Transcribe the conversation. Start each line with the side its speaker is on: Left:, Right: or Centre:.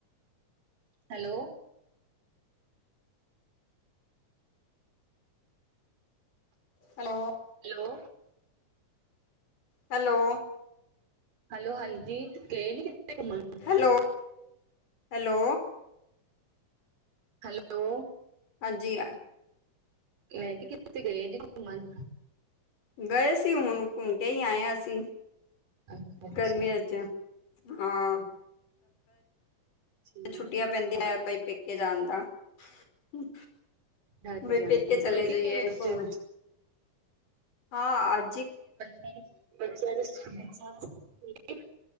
Right: hello
Left: hello
Right: hello
Left: hello
Right: hello, ਹਾਂਜੀ ਗਏ ਨੀ ਕਿੱਤੇ ਘੁੰਮਣ
Left: ਹੈਲੋ -ਹੈਲੋ
Right: ਹੈਲੋ
Left: ਹਾਂਜੀ
Right: ਮੈਂ ਕਿਹਾ ਕਿ ਤੇ ਗਏ ਨੀ ਘੁੰਮਣ
Left: ਗਏ ਸੀ ਹੁਣ ਘੁੰਮ ਕੇ ਹੀ ਆਏ ਅਸੀਂ,
Right: ਅੱਛਾ
Left: ਗਰਮੀਆਂ
Right: ਅੱਛਾ
Left: ਚ ਹਾਂ
Right: ਠੀਕ
Left: ਛੁੱਟੀਆਂ ਪੈਂਦੀਐ ਬਈ ਪੇਕੇ ਜਾਨ ਦਾ ਬ
Right: ਹਾਂਜੀ
Left: ਫਿ
Right: ਹਾਂਜੀ
Left: ਪੇਕੇ ਚਲੇ
Right: ਖੁੱਲ
Left: ਜਈਏ
Right: ਗਏ
Left: ਘੁੰਮ
Right: ਬੱਚੇ
Left: ਹਾਂ ਅੱ
Right: ਪਤਨੀ ਬੱਚਿਆਂ ਦੇ ਸਕੂਲ ਖੂਲਗੇ